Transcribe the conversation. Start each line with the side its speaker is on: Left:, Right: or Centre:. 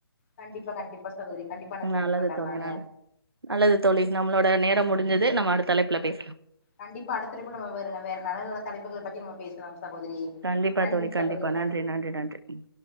Left: கண்டிப்பா கண்டிப்பா சகோதரி கண்டிப்பா நா சேத்தூ
Right: நல்லது
Left: பாக்ற
Right: தோழி
Left: நானு
Right: நல்லது நல்லது தோழி நம்மளோட நேரோ முடிஞ்சுது நம்ம அடுத்த அழைப்புல பேசலா
Left: கண்டிப்பா அடுத்தழப்புல நம்ம வேற வேற நல்ல நல்ல தலைப்புகள பத்தி நம்ம பேசலா சகோதரி
Right: கண்டிப்பா
Left: நன்றி
Right: தோழி கண்டிப்பா
Left: சகோதரி
Right: நன்றி நன்றி நன்றி ம்